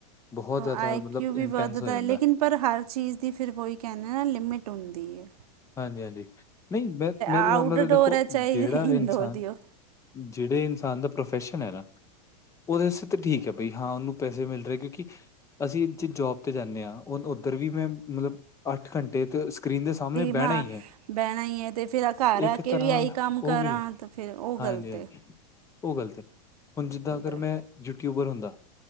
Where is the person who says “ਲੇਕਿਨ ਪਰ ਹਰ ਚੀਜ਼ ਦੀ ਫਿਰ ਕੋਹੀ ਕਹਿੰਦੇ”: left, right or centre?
Right